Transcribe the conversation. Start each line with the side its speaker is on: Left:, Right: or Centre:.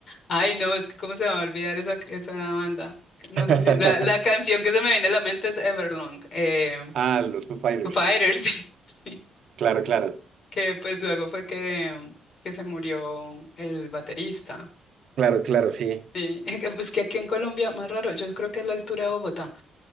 Left: ay, no, es que cómo se me va a olvidar esa, esa banda. No
Right: <laughs>
Left: sé si la, la canción que se me viene a la mente es Everlong, eh,
Right: Ah, los Foo Fighters.
Left: Foo Fighters, <laughs> sí, sí,
Right: Claro, claro.
Left: que pues luego fue que, que se murió el baterista.
Right: Claro, claro, sí.
Left: Sí, <laughs> que, pues que aquí en Colombia, más raro, yo creo que es la altura de Bogotá.